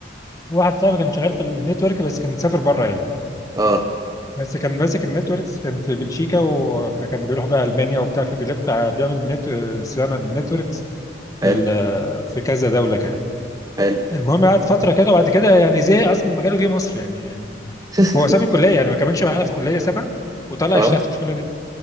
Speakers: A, on the left; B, on the right.
A: واحد صاحبي كان شغال في النتورك بس كان مسافر بره يعني
B: اه
A: بس كان ماسك النتوركس كان في بلجيكا و... فكان بيروح بقى المانيا وبتاع فبيلف بيعمل نت... صيانه للنتوركس
B: حلو
A: في ال... في كذا دوله كده
B: حلو
A: المهم قعد فتره كده وبعد كده يعني زهق اصلا من مجاله جه مصر يعني, يعني
B: <laughs>
A: هو ساب الكليه يعني ما كملش معانا في الكليه سابها وطلع
B: اه
A: يشتغل شغل من